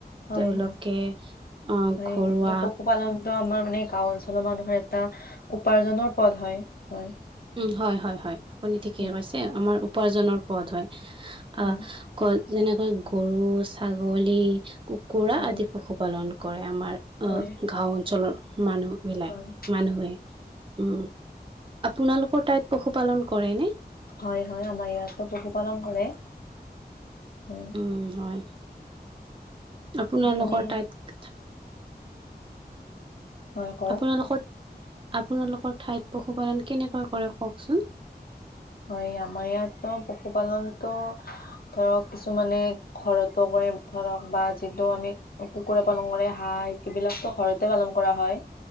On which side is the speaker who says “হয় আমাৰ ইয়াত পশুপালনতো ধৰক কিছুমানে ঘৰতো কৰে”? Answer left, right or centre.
Left